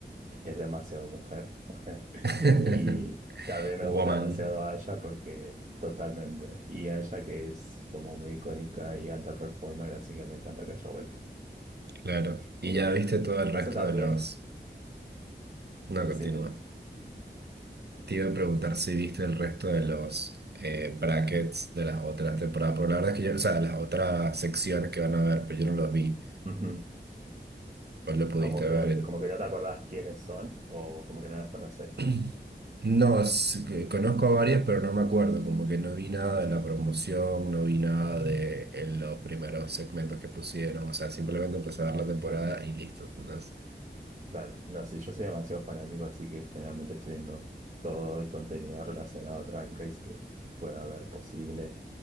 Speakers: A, on the right; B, on the right.
A: es demasiado mujer. <laughs>
B: <laughs>
A: Y también me
B: Woman,
A: gusta demasiado Aya porque totalmente. Y Aya que es como muy icónica y alta performer, así que me encanta que haya vuelto.
B: claro. Y
A: Eh,
B: ya viste todo el
A: pasa
B: resto
A: también,
B: de los... No,
A: decime,
B: continúa. Te iba a preguntar si viste el resto de los eh, brackets de las otras temporadas, Pero la verdad es que yo, o sea, las otras secciones que van a ver, pero yo no los vi.
A: ujú,
B: ¿Vos lo pudiste
A: Como que
B: ver?
A: no viste, como que no te acordás quiénes son o como que no las conoces.
B: <clears throat> No, es que conozco a varias, pero no me acuerdo, como que no vi nada de la promoción, no vi nada de eh, los primeros segmentos que pusieron, o sea, simplemente empecé a ver la temporada
A: Claro,
B: y listo. entonces.
A: claro. No sé, yo soy demasiado fanático, así que generalmente estoy viendo todo el contenido relacionado a Drag Race que pueda haber posible.